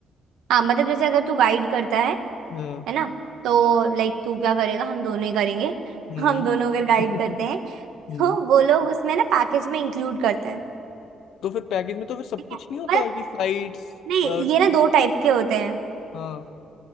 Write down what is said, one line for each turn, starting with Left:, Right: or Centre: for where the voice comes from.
Right: हाँ मतलब जैसे अगर तू गाइड करता है
Left: हाँ
Right: है ना तो लाइक तू क्या करेगा हम दोनों ही करेंगे
Left: हम्म
Right: हम दोनों अगर गाइड
Left: <laughs>
Right: करते हैं
Left: हम्म
Right: तो वो लोग उसमें ना पैकेज में इंक्लूड करते हैं
Left: तो फिर पैकेज में तो फिर सब
Right: ठीक
Left: कुछ
Right: है
Left: नहीं होता
Right: पर
Left: कि फ्लाइट्स
Right: नहीं
Left: टू
Right: ये ना दो टाइप के होते हैं
Left: हाँ